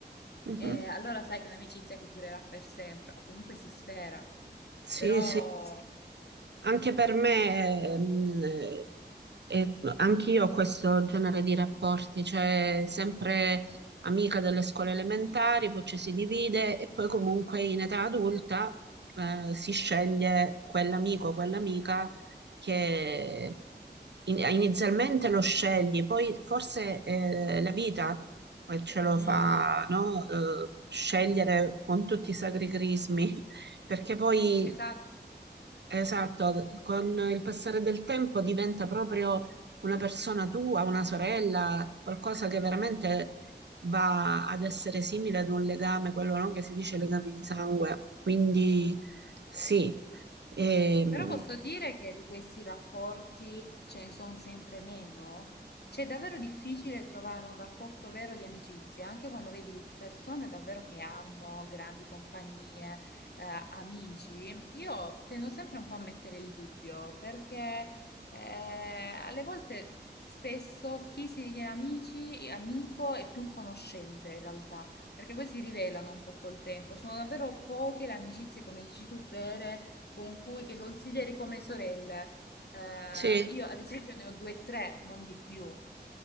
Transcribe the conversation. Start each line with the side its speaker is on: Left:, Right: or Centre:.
Right: mhm.
Left: e allora sai che è un'amicizia che durerà per sempre, o comunque si spera,
Right: Sì,
Left: però...
Right: sì. Anche per me, mh, eh, eh, anch'io ho questo genere di rapporti, cioè sempre amica delle scuole elementari, poi ci si divide e poi comunque in età adulta eh, si sceglie quell'amico o quell'amica che in- inizialmente lo scegli, poi forse eh, la vita eh, ce lo
Left: mm,
Right: fa, no? Eh, scegliere con tutti i sacri crismi perché poi,
Left: esatto.
Right: esatto, con il passare del tempo diventa proprio una persona tua, una sorella, qualcosa che veramente va ad essere simile ad un legame, quello no, che si dice legami di sangue. Quindi sì, ehm,
Left: Però posso dire che di questi rapporti ce ne sono sempre meno. C'è davvero difficile trovare un rapporto vero di amicizia, anche quando vedi persone davvero che hanno grandi compagnie, eh, amici. Io tendo sempre un po' a mettere il dubbio, perché eh, alle volte spesso chi si ritiene amici, amico è più un conoscente in realtà, perché poi si rivelano un po' col tempo. Sono davvero poche le amicizie, come dici tu, vere con cui, che consideri come sorelle. Eh,
Right: sì.
Left: io ad esempio ne ho due o tre, non di più.